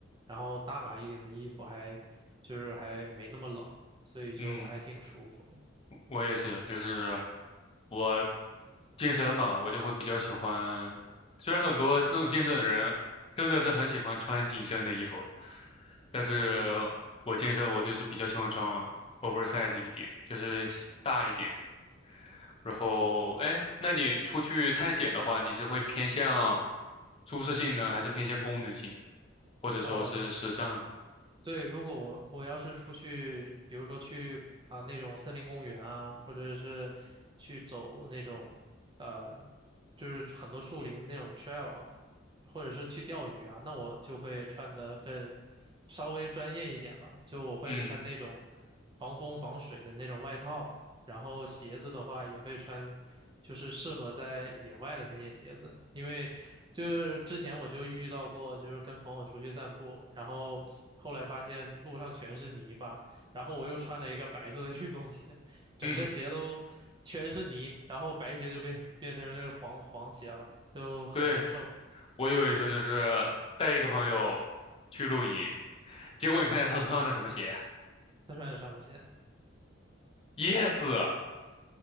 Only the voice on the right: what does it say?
然后大码一点的衣服还就是还没那么冷，所以就还挺舒服的。
哦，对，如果我我要是出去，比如说去啊那种森林公园啊，或者是去走那种呃，就是很多树林那种 trail 啊，或者是去钓鱼啊，那我就会穿的更稍微专业一点吧，就我会穿那种
防风防水的那种外套，然后鞋子的话也会穿，就是适合在野外的那些鞋子，因为就是之前我就遇到过，就是跟朋友出去散步，然后后来发现路上全是泥巴，然后我又穿了一个白色的运动鞋，整个鞋都全是泥，
然后白鞋就变变成这个黄黄鞋了，就很难受。
再穿点什么鞋？